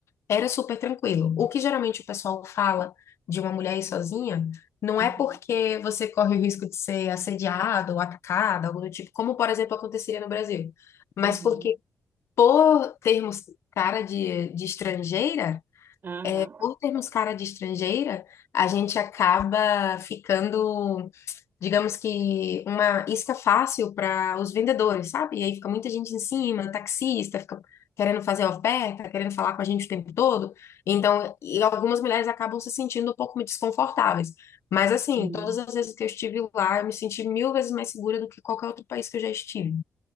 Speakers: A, on the left; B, on the right.
A: Era super tranquilo. O que geralmente o pessoal fala de uma mulher ir sozinha não
B: Uhum,
A: é porque você corre o risco de ser assediado ou atacada, algo do tipo, como, por exemplo, aconteceria no Brasil, mas
B: uhum,
A: porque por termos cara de, de estrangeira,
B: aham,
A: por termos cara de estrangeira, a gente acaba ficando digamos que uma isca fácil para os vendedores, sabe? E aí fica muita gente em cima, taxista, fica querendo fazer oferta, querendo falar com a gente o tempo todo. Então, e algumas mulheres acabam se sentindo um pouco desconfortáveis. Mas assim,
B: hum.
A: todas as vezes que eu estive lá, eu me senti mil vezes mais segura do que qualquer outro país que eu já estive.